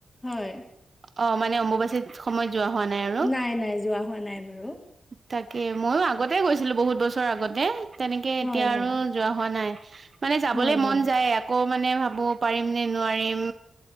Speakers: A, on the left; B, on the right.
A: হয়
B: অ', মানে অম্বুবাচিত সময়ত যোৱা হোৱা আৰু
A: নাই নাই যোৱা হোৱা নাই বাৰু।
B: তাকে ময়ো আগতে গৈছিলো বহুত বছৰ আগতে, তেনেকে
A: হয়
B: এতিয়া
A: হয়
B: আৰু যোৱা হোৱা নাই। মানে যাবলৈ
A: হয়
B: মন
A: হয়
B: যায় আকৌ মানে ভাবো পাৰিম নে নোৱাৰিম